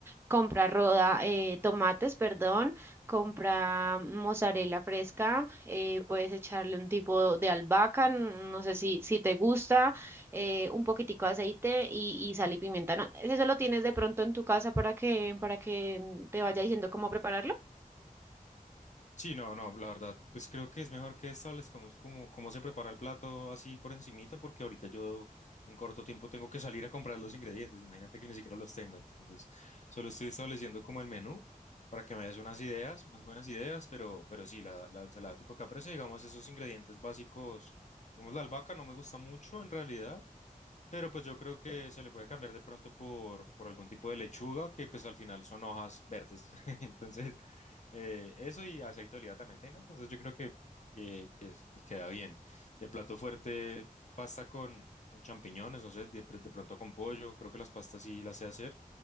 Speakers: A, on the right; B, on the left.
A: comprar roda, eh, tomates, perdón, compra mozzarella fresca, eh, puedes echarle un tipo de albahaca, no sé si, si te gusta eh, un poquitico de aceite y, y sal y pimienta, ¿no? Eso lo tienes de pronto en tu casa para que, para que mm, te vaya diciendo cómo prepararlo.
B: Sí, no, no, la verdad, pues creo que es mejor que establezcamos cómo, cómo se prepara el plato así por encimita, porque ahorita yo en corto tiempo tengo que salir a comprar los ingredientes, imagínate que ni siquiera los tengo, entonces solo estoy estableciendo como el menú para que me des unas ideas, unas buenas ideas, pero, pero sí, la, la ensalada tipo caprese, digamos, esos ingredientes básicos, digamos, la albahaca no me gusta mucho en realidad, pero pues yo creo que se le puede cambiar de pronto por, por algún tipo de lechuga, que pues al final son hojas verdes. <laughs> Entonces, eh, eso y aceite de oliva también tenga. Entonces yo creo que, que, que es- que queda bien. De plato fuerte, pasta con, con champiñones, no sé, de, pr- de pronto con pollo. Creo que las pastas sí las sé hacer.